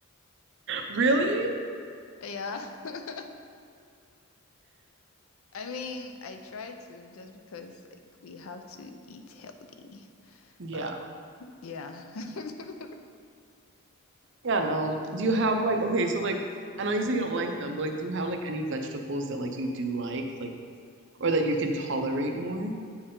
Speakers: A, on the right (about 55°); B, on the left (about 75°).
A: Really?
B: Yeah. <laughs> I mean, I try to just because like we have to eat healthy,
A: Yeah.
B: but yeah. <laughs>
A: Yeah, no. Do you have like okay, so like I know you say you don't like them, but like do you have like any vegetables that like you do like, like or that you can tolerate more?